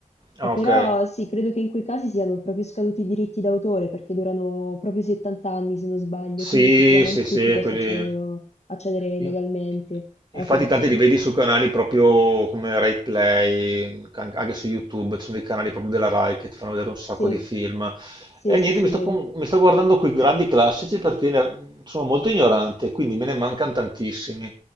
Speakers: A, on the left (about 50°); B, on the right (about 30°).
A: Eh,
B: Ah,
A: però
B: ok.
A: sì, credo che in quei casi siano proprio scaduti i diritti d'autore perché durano proprio 70 anni se non sbaglio,
B: Sì,
A: quindi effettivamente
B: sì, sì,
A: tutti possono
B: quelli...
A: accederlo- accedere legalmente
B: in-
A: alla
B: Infatti
A: fine.
B: tanti
A: Sì,
B: li vedi su canali proprio come Rai Play, can- anche su YouTube, ci sono dei canali proprio della Rai che ti fanno vedere un sacco
A: sì,
B: di film.
A: sì,
B: E
A: sì,
B: niente,
A: sì,
B: mi sto,
A: vero.
B: con- mi sto guardando quei grandi classici perché ne- sono molto ignorante, quindi me ne mancano tantissimi